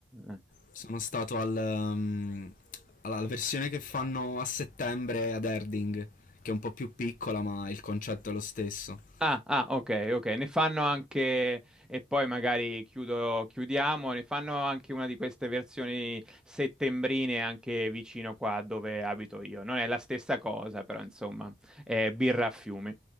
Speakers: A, in the centre; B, on the left (about 45°).
A: Ah.
B: Sono stato al, ehm, alla alla versione che fanno a settembre ad Erding, che è un po' più piccola, ma il concetto è lo stesso.
A: Ah, ah, ok, ok, ne fanno anche, e poi magari chiudo, chiudiamo, ne fanno anche una di queste versioni settembrine anche vicino qua dove abito io. Non è la stessa cosa, però insomma, è birra a fiumi.